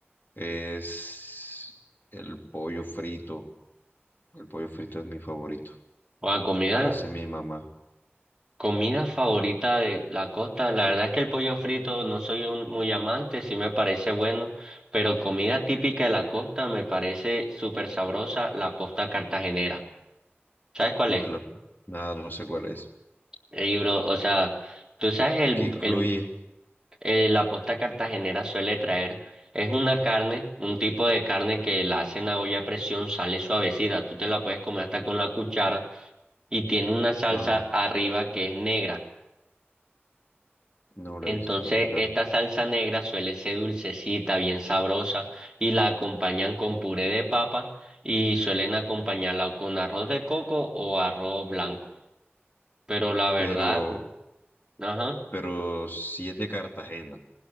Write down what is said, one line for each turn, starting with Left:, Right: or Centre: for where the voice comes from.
Left: es el pollo frito. El pollo frito es mi favorito.
Right: O comida,
Left: El que hace mi mamá.
Right: comida favorita de la costa. La verdad es que el pollo frito no soy un- muy amante, sí me parece bueno. Pero comida típica de la costa me parece súper sabrosa, la posta cartagenera. ¿Sabes cuál es?
Left: Uf, la- nada, no sé cuál es.
Right: El libro, o sea, tú sabes, el,
Left: que incluye.
Right: el, eh, la posta cartagenera suele traer, es una carne, un tipo de carne que la hacen a olla a presión, sale suavecida, tú te la puedes comer hasta con la cuchara y tiene una salsa
Left: Ajá,
Right: arriba que es negra.
Left: no la
Right: Entonces,
Left: he visto nunca.
Right: esta salsa negra suele ser dulcecita, bien sabrosa y la acompañan con puré de papa y suelen acompañarla o con arroz de coco o arroz blanco. Pero la verdad,
Left: Pero,
Right: ajá.
Left: pero sí es de Cartagena.